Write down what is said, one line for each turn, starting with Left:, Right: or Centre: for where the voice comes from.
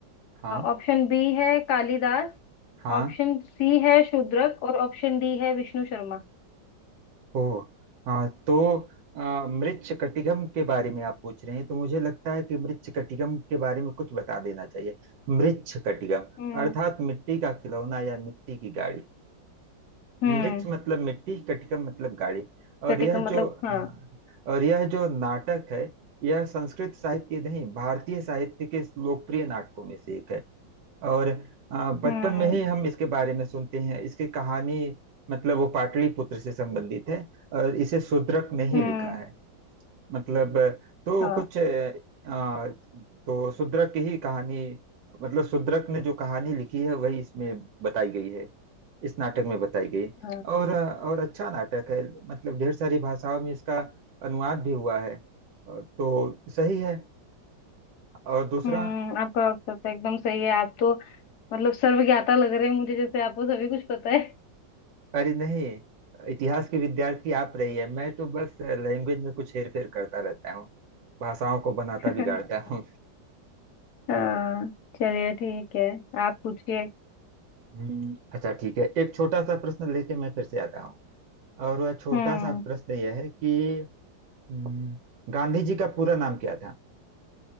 Right: हाँ
Left: ऑप्शन बी है कालिदास
Right: हाँ
Left: ऑप्शन सी है शूद्रक और ऑप्शन डी है विष्णु शर्मा
Right: ओह हाँ तो अ, मृच्छकटिकम के बारे में आप पूछ रहे हैं तो मुझे लगता है कि मृच्छकटिकम के बारे में कुछ बता देना चाहिए मृच्छकटिकम
Left: हम्म
Right: अर्थात मिट्टी का खिलौना या मिट्टी की गाड़ी
Left: हम्म
Right: मृच्छ मतलब मिट्टी कटिकम मतलब गाड़ी और
Left: चटे
Right: यह
Left: का मतलब
Right: जो अ,
Left: हाँ
Right: और यह जो नाटक है यह संस्कृत साहित्य नहीं भारतीय साहित्य के लोकप्रिय नाटकों में से एक है और अ, बचपन
Left: हम्म
Right: में ही हम इसके बारे में सुनते हैं इसकी कहानी मतलब वो पाटलिपुत्र से संबंधित है और इसे शूद्रक ने ही
Left: हम्म
Right: लिखा है मतलब अ, तो
Left: हाँ
Right: कुछ आ, तो शूद्रक की ही कहानी मतलब शूद्रक ने जो कहानी लिखी है वही इसमें बताई गई है इस नाटक में बताई गई
Left: हाँ
Right: और अ, और अच्छा नाटक है मतलब ढेर सारी भाषाओं में इसका अनुवाद भी हुआ है अ, तो सही है और दूसरा
Left: हम्म आपका उत्तर तो एकदम सही है आप तो मतलब सर्वज्ञाता लग रहे हैं मुझे जैसे आपको सभी कुछ पता है
Right: अरे नहीं इतिहास की विद्यार्थी आप रही है मैं तो बस लैंग्वेज में कुछ हेर फेर करता रहता हूँ भाषाओं को बनाता
Left: <laughs>
Right: बिगाड़ता हूँ
Left: हाँ चलिए ठीक है आप पूछिए
Right: हम्म, अच्छा ठीक है एक छोटा सा प्रश्न लेके मैं फिर से आता हूँ और वह छोटा
Left: हम्म
Right: सा प्रश्न यह है कि हम्म, गांधी जी का पूरा नाम क्या था